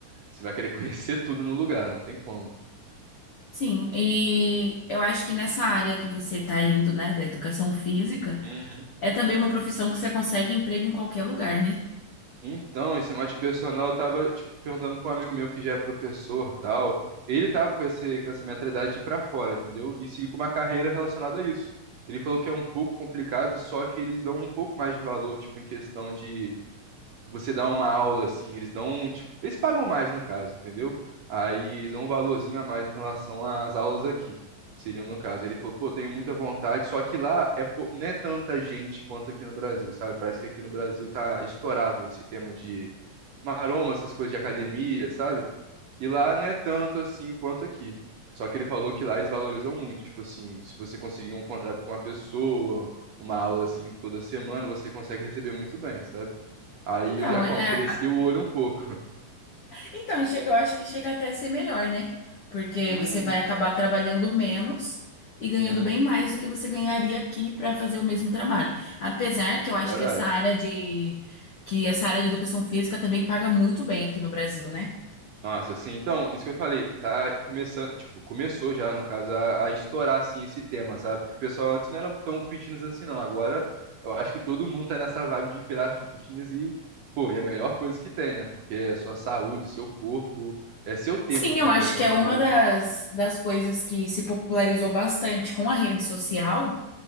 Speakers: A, on the right; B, on the left.
A: você vai querer <laughs> conhecer tudo no lugar, não tem como.
B: Sim. E eu acho que nessa área que você tá indo, né, da educação física,
A: Uhum.
B: é também uma profissão que você consegue emprego em qualquer lugar, né?
A: Então, esse negócio de personal, eu tava, tipo, perguntando pra um amigo meu que já é professor, tal. Ele tava com esse, com essa mentalidade de ir pra fora, entendeu? E seguir com uma carreira relacionada a isso. Ele falou que é um pouco complicado, só que eles dão um pouco mais de valor, tipo, em questão de você dá uma aula assim, eles dão, tipo, eles pagam mais no caso, entendeu? Aí eles dão um valorzinho a mais em relação às aulas aqui, seriam no caso. Ele falou, pô, tenho muita vontade, só que lá é, pou- não é tanta gente quanto aqui no Brasil, sabe? Parece que aqui no Brasil tá estourado esse tema de maroma, essas coisas de academia, sabe? E lá não é tanto assim quanto aqui. Só que ele falou que lá eles valorizam muito, tipo assim, se você conseguir um contrato com uma pessoa, uma aula assim toda semana, você consegue receber muito bem, sabe? Aí
B: Então,
A: eu já como,
B: é,
A: cresci o olho um pouco.
B: Então, chega, eu acho que chega até a ser melhor, né? Porque
A: Uhum.
B: você vai acabar trabalhando menos e ganhando
A: Sim,
B: bem mais do que você ganharia aqui para fazer o mesmo trabalho. Apesar
A: isso
B: que eu acho
A: é verdade.
B: que essa área de que essa área de educação física também paga muito bem aqui no Brasil, né?
A: Nossa, assim, então, isso que eu falei, tá começando, tipo, começou já, no caso, a, a estourar, assim, esse tema, sabe? Que o pessoal antes não era tão fitness assim, não. Agora, eu acho que todo mundo tá nessa vibe de virar fitness e, pô, é a melhor coisa que tem, né? Porque é sua saúde, seu corpo, é seu templo,
B: Sim, eu
A: né?
B: acho
A: Querendo
B: que
A: ou
B: é
A: não,
B: uma
A: né?
B: das, das coisas que se popularizou bastante com a rede social,